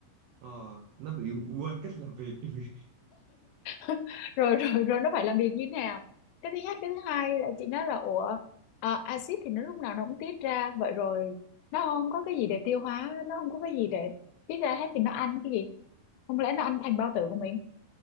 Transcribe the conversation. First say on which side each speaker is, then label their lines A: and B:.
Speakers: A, on the right; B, on the left.
A: Ờ, nó bị quên cách làm việc <laughs>
B: <laughs> rồi rồi rồi nó phải làm việc như thế nào cái thứ nhất cái thứ hai là chị nói là ủa à, axit thì nó lúc nào nó cũng tiết ra vậy rồi nó không có cái gì để tiêu hóa nó không có cái gì để tiết ra hết thì nó ăn cái gì không lẽ nó ăn thành bao tử của mình